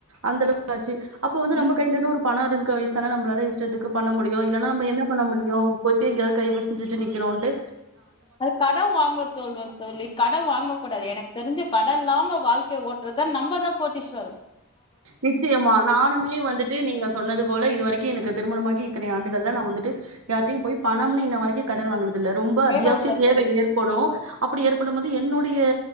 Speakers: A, on the right (about 80°); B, on the left (about 25°).
A: அந்த அளவுக்குச்சு அப்போ வந்து
B: ம்
A: நம்ம கையில ஒரு பணம் இருந்து வயசுான நம்மள இஷ்டத்துக்கு பண்ண முடியும் இல்லாம்ம என்ன பண்ண முடியும் போய்ட்டு எங்கோவது கை சட்டு நிக்கணண்டு
B: அது கட வாங்கோ தொளுன் தோலி கட வாங்கக் கூடாது எனக்கு தெரிஞ்சு கடன் இல்லாம வாழ்க்கை ஓட்டுறதுதான் நம்மதான் கோடீஸ்வரன்
A: நிச்சயமா நானுமே வந்துட்டு நீங்க சொன்னது போல இது வரக்கும் எனக்கு திருமணமாகி இத்தனை ஆண்டுகள் நான் வந்துட்டு யார்டையும் போய் பணம்னு இன்ன வரக்கும் கடன் வாங்கனது ரொம்ப
B: கேட்க
A: அத்தியாவசிய
B: கூடாது
A: தேவை
B: தோழி
A: ஏற்படும் அ ப்டி ஏற்படும்போது என்னுடையா